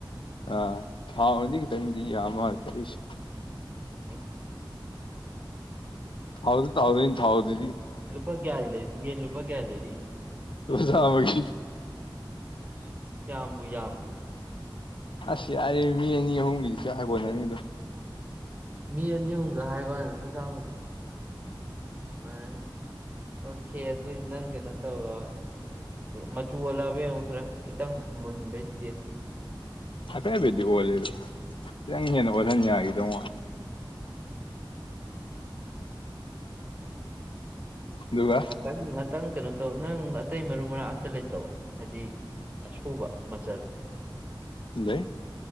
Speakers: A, on the left (about 75°); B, on the right (about 20°).
A: ꯑꯥ ꯊꯥꯎꯅꯗꯤ ꯈꯤꯇꯪꯗꯤ ꯌꯥꯝ ꯃꯥꯜꯂꯦ ꯑꯩꯁꯦ
B: ꯎꯝ
A: ꯍꯥꯎꯗ ꯇꯥꯎ ꯏ ꯍꯥꯎꯗ
B: ꯂꯨꯄꯥ ꯀꯌꯥ ꯂꯩꯔꯤ ꯌꯦꯟ ꯂꯨꯄꯥ ꯀꯌꯥ ꯂꯩꯔꯤꯅꯣ
A: ꯂꯨꯄꯥ ꯆꯥꯝꯃꯒꯤ
B: ꯑꯁ ꯀꯌꯥꯝꯕꯨ ꯌꯥꯝꯒꯦ
A: ꯑꯁ ꯌꯥꯔꯦ ꯃꯤ ꯑꯅꯤ ꯑꯍꯨꯝꯒꯤꯗꯤ ꯆ ꯍꯥꯏꯒꯣꯅꯅꯤ ꯑꯗꯣ
B: ꯃꯤ ꯑꯅꯤ ꯑꯍꯨꯝꯒ ꯍꯥꯏꯕꯗ ꯄꯩꯁꯥꯝꯕꯁꯦ ꯐꯅꯤ ꯑꯣꯀꯦ ꯑꯗꯨꯏꯗꯤ ꯅꯪ ꯀꯩꯅꯣ ꯇꯧꯔꯣ ꯃꯆꯨ ꯑꯣꯜꯂꯕ ꯌꯦꯡꯉꯣ ꯈꯔ ꯈꯤꯇꯪ ꯃꯨꯟꯕꯩ ꯏꯁꯇꯦꯖꯇꯨ
A: ꯍꯥꯏꯐꯦꯕꯗꯤ ꯑꯣꯜꯂꯦꯗ ꯈꯤꯇꯪ ꯍꯦꯟꯅ ꯑꯣꯜꯍꯟ ꯌꯥꯈꯤꯗꯧꯉꯣ ꯑꯗꯨꯒꯒ
B: ꯉꯇꯪ ꯉꯥꯛꯇꯪ ꯀꯩꯅꯣ ꯇꯧ ꯅꯪ ꯑꯇꯩ ꯃꯔꯨ ꯃꯔꯥꯡ ꯑꯝꯇ ꯂꯩꯇ꯭ꯔꯕ ꯍꯥꯏꯗꯤ ꯑꯁꯕ ꯃꯆꯜ
A: ꯂꯩ